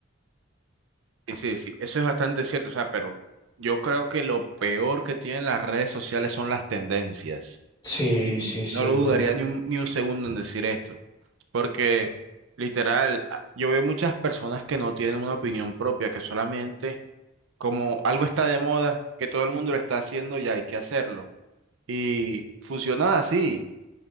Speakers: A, on the right; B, on the left.
A: Sí, sí, sí, eso es bastante cierto, o sea, pero yo creo que lo peor que tienen las redes sociales son las tendencias.
B: Sí,
A: Y
B: sí, sin
A: no lo
B: duda.
A: dudaría ni un, ni un segundo en decir esto, porque literal, a- yo veo muchas personas que no tienen una opinión propia, que solamente como algo está de moda, que todo el mundo lo está haciendo, ya hay que hacerlo. Y funciona así.